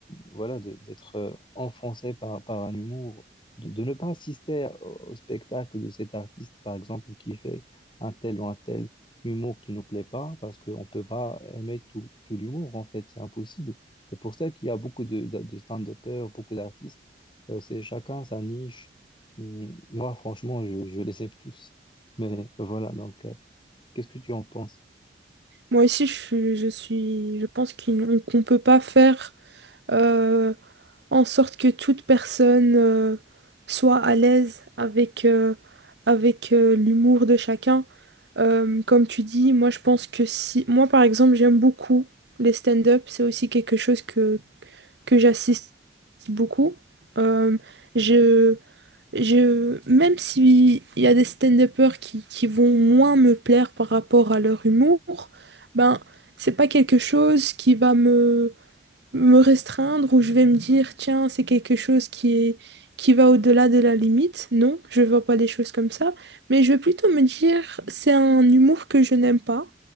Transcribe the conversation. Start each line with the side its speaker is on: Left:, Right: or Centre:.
Left: voilà, de- d'être euh, enfoncé par, par un humour, de, de ne pas assister au, au spectacle de cet artiste, par exemple, qui fait un tel ou un tel humour qui nous plaît pas, parce qu'on ne peut pas aimer tout, tout l'humour, en fait, c'est impossible. C'est pour ça qu'il y a beaucoup de, de, de stand-uppers, beaucoup d'artistes. Euh, c'est chacun sa niche. Hum, Moi, franchement, je, je les aime tous. Mais voilà, donc, euh, qu'est-ce que tu en penses?
Right: moi ici, je suis, je suis, je pense qu'il- qu'on peut pas faire euh, en sorte que toute personne euh, soit à l'aise avec euh, avec euh, l'humour de chacun. Euh, comme tu dis, moi je pense que si, moi par exemple, j'aime beaucoup les stand-up. C'est aussi quelque chose que que j'assiste beaucoup. Euh, je Je, même s'il y a des stand-uppers qui, qui vont moins me plaire par rapport à leur humour, ben, c'est pas quelque chose qui va me, me restreindre ou je vais me dire, tiens, c'est quelque chose qui est, qui va au-delà de la limite. Non, je vois pas des choses comme ça. Mais je vais plutôt me dire, c'est un humour que je n'aime pas,